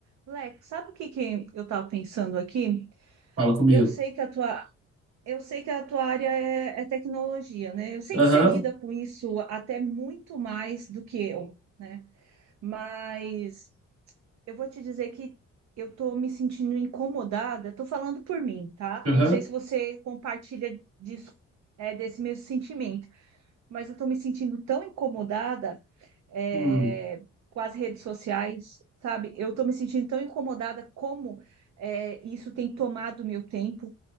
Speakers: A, on the right; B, on the right.
A: Lex, sabe o que que eu estava pensando aqui?
B: Fala comigo.
A: Eu sei que a tua, eu sei que a tua área é, é tecnologia, né? Eu sei
B: Aham,
A: que você lida com isso até muito mais do que eu, né? Mas eu vou te dizer que eu estou me sentindo incomodada, estou falando por mim, tá?
B: aham,
A: Não sei se você compartilha disso, é, desse mesmo sentimento, mas eu estou me sentindo tão incomodada é,
B: hum,
A: com as redes sociais, sabe? Eu tô me sentindo tão incomodada como é, isso tem tomado meu tempo.